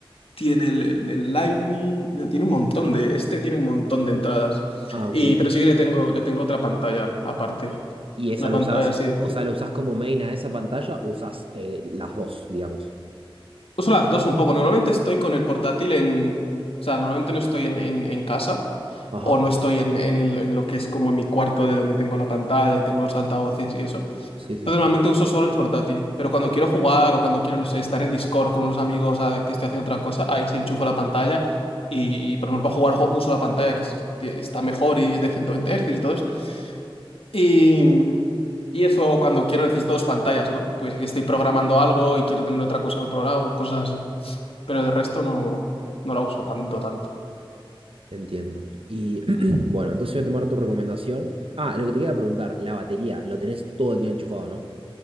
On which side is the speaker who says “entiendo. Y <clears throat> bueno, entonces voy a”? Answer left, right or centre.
Right